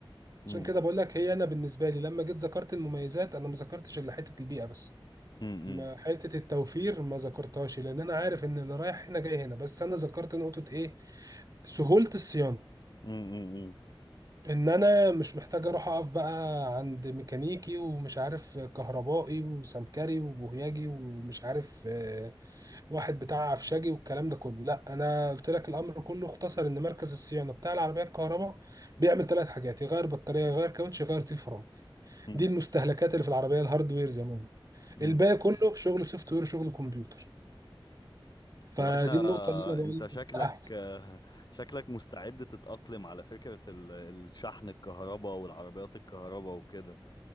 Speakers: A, on the left (about 50°); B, on the right (about 40°).
A: امم
B: عشان كده بقول لك هي انا بالنسبه لي لما جيت ذكرت المميزات انا ما ذكرتش الا حته البيئه بس
A: امم
B: ما حته التوفير ما ذكرتهاش لان انا عارف ان اللي رايح هنا جاي هنا بس انا ذكرت نقطه ايه سهولة الصيانة
A: امم
B: إن أنا مش محتاج أروح أقف بقى عند ميكانيكي ومش عارف كهربائي وسمكري وبوهياجي ومش عارف آه، واحد بتاع عفشاجي والكلام ده كله لأ أنا قلت لك الأمر كله اختصر إن مركز الصيانة بتاع العربية الكهرباء بيعمل ثلاث حاجات يغير بطارية يغير كاوتش يغير تيل فرامل
A: امم
B: دي المستهلكات اللي في العربيه الهاردوير زي ما قلنا
A: امم
B: الباقي كله شغل سوفت وير شغل كمبيوتر فدي
A: يا باشا
B: النقطه اللي انا بقول
A: انت شكلك
B: لك احسن
A: <laughs> شكلك مستعد تتأقلم على فكرة ال- الشحن الكهرباء والعربيات الكهرباء وكده